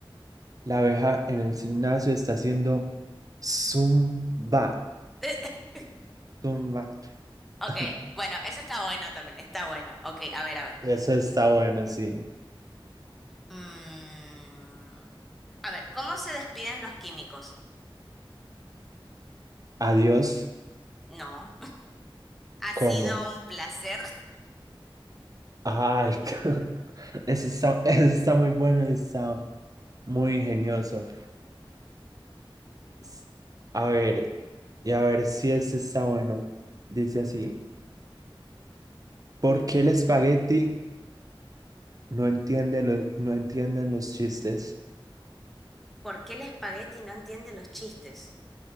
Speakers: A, on the right; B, in the centre.
A: La abeja en el gimnasio está haciendo zumba,
B: <laughs>
A: zumba.
B: Ok,
A: <laughs>
B: bueno, eso está bueno también, está bueno. Ok, a ver, a ver.
A: Eso está bueno, sí.
B: Mm, A ver, ¿cómo se despiden los químicos?
A: Adiós,
B: No. Ha
A: ¿cómo?
B: sido un placer. <laughs>
A: Ay, <laughs> eso está, eso está muy bueno, y está muy ingenioso. S- A ver, y a ver si este está bueno. Dice así. ¿Por qué el espagueti no entiende lo- no entienden los chistes?
B: ¿Por qué el espagueti no entiende los chistes?